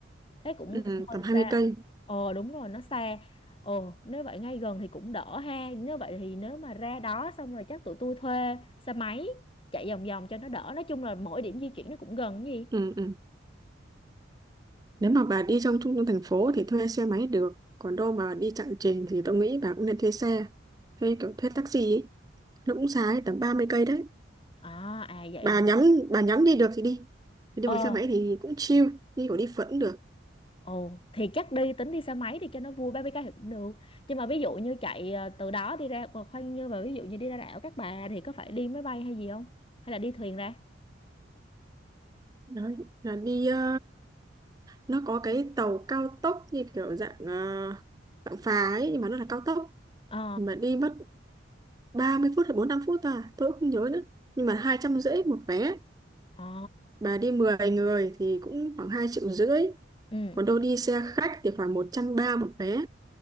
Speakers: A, on the left; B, on the right.
A: Thế cũng
B: ừ
A: cũng hơi
B: tầm hai
A: xa.
B: mươi cây
A: Ờ đúng rồi, nó xa. Ờ nếu vậy ngay gần thì cũng đỡ ha. Nếu vậy thì nếu mà ra đó xong rồi chắc tụi tôi thuê xe máy chạy vòng vòng cho nó đỡ. Nói chung là mỗi điểm di chuyển nó cũng gần cái gì.
B: ừ ừ nếu mà bà đi trong trung tâm thành phố thì thuê xe máy được còn đâu mà đi chặng trình thì tôi nghĩ bà cũng nên thuê xe thuê kiểu thuê taxi ấy. nó cũng xa đấy tầm 30 cây đấy
A: À à vậy
B: bà
A: hả?
B: nhắm bà nhắm đi được thì đi đi
A: Ờ
B: bằng xe máy thì cũng chill đi kiểu đi phượt cũng được
A: Ồ, thì chắc đi tính đi xe máy thì cho nó vui 30 cây thì cũng được. Nhưng mà ví dụ như chạy ờ, từ đó đi ra ờ, khoan như mà ví dụ như đi ra đảo Cát Bà thì có phải đi máy bay hay gì không? Hay là đi thuyền ra?
B: đấy là đi ờ, nó có cái tàu cao tốc như kiểu dạng ờ, dạng phà ấy nhưng mà nó là cao tốc
A: Ờ,
B: thì mà đi mất 30 phút hay 45 phút à tôi cũng không nhớ nữa nhưng mà hai trăm rưỡi một vé
A: ờ.
B: bà đi 10 người thì cũng khoảng hai triệu rưỡi
A: Ừ,
B: còn đâu đi xe khách thì khoảng một trăm ba một vé